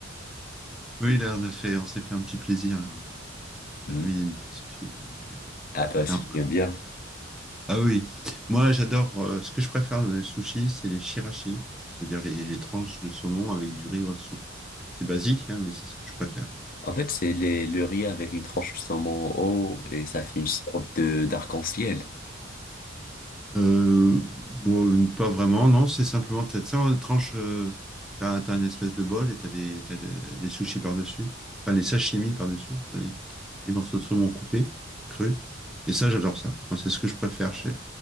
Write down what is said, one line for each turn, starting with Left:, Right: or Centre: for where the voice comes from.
Centre: Oui, là, on a fait, on s'est fait un petit plaisir. là. C'est toute
Left: Hmm.
Centre: la famille aime les sushis. donc, euh,
Left: Ah, toi aussi,
Centre: là, on
Left: tu
Centre: va-
Left: aimes bien.
Centre: Ah oui, moi, j'adore. euh, ce que je préfère dans les sushis, c'est les shirashi, c'est-à-dire les, les tranches de saumon avec du riz en dessous. C'est basique, hein, mais c'est ce que je préfère.
Left: En fait, c'est les, le riz avec une tranche de saumon haut et ça fait une sorte de d'arc-en-ciel.
Centre: Euh, bon, pas vraiment, non, c'est simplement, t'as, ça en tranche, euh, t'as, t'as une espèce de bol et t'as les, t'as le- les sushis par-dessus, enfin les sashimi par-dessus, les, les morceaux de saumon coupés, crus. Et ça, j'adore ça. Moi, c'est ce que je préfère chez.